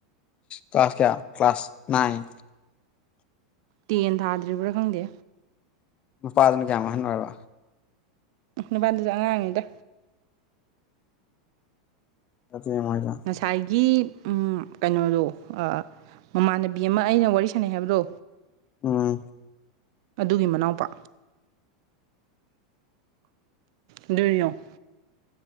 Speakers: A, on the left (about 35°); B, on the right (about 65°).
A: ꯀ꯭ꯂꯥꯁ ꯀꯌꯥ ꯀ꯭ꯂꯥꯁ ꯅꯥꯏꯟ
B: ꯇꯦꯟ ꯊꯥꯗ꯭ꯔꯤꯕ꯭ꯔꯥ ꯈꯪꯗꯦ
A: ꯅꯨꯄꯥꯗꯨꯅ ꯀꯌꯥꯝ ꯑꯍꯟ ꯑꯣꯏꯔꯕ
B: ꯅꯨꯄꯥꯗꯨꯖꯨ ꯑꯉꯥꯡꯅꯤꯗ
A: ꯐꯖꯩꯌ‌ꯦ ꯃꯣꯏꯅ
B: ꯉꯁꯥꯏꯒꯤ ꯎꯝ ꯀꯩꯅꯣꯗꯣ ꯑꯥ ꯃꯃꯥꯟꯅꯕꯤ ꯑꯃ ꯑꯩꯅ ꯋꯥꯔꯤ ꯁꯥꯟꯅꯩ ꯍꯥꯏꯕꯗꯣ
A: ꯎꯝ
B: ꯑꯗꯨꯒꯤ ꯃꯅꯥꯎꯄꯥ ꯑꯗꯨꯗꯤ ꯌꯦꯡꯉꯣ